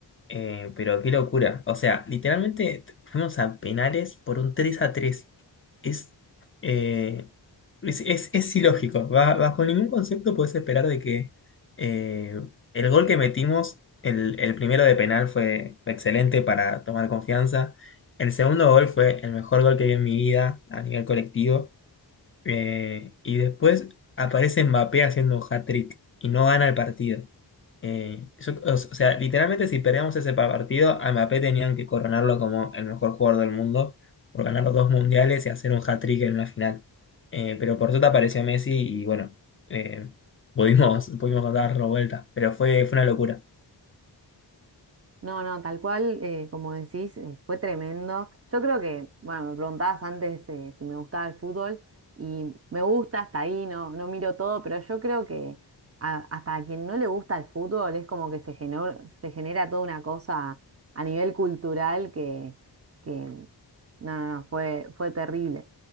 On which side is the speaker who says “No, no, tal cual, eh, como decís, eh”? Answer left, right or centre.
Right